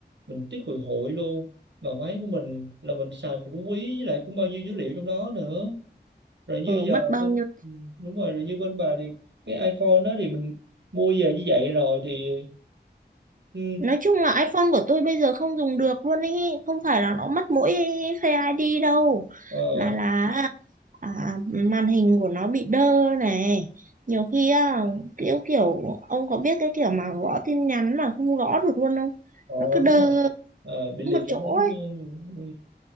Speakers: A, on the right; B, on the right.
A: mình tiếc hồi hội luôn mà máy của mình là mình xài mình cũng quý với lại cũng bao nhiêu dữ liệu trong đó nữa rồi như
B: ờ, mất
A: giờ
B: bao
A: bên-
B: nhiêu
A: ừ, đúng rồi rồi như bên bà thì cái iPhone đó thì mình mua về như vậy rồi thì ừ,
B: nói chung là iPhone của tôi bây giờ không dùng được luôn ấy không phải là nó mất mỗi Face ID đâu
A: ờ
B: mà là à, màn hình của nó bị đơ này nhiều khi á, kiểu kiểu ông có biết cái kiểu mà gõ tin nhắn mà không gõ được luôn không
A: ờ,
B: nó cứ đơ
A: đúng rồi Ờ, bị liệt
B: một
A: cảm
B: chỗ
A: ứng
B: ấy
A: luôn ừ,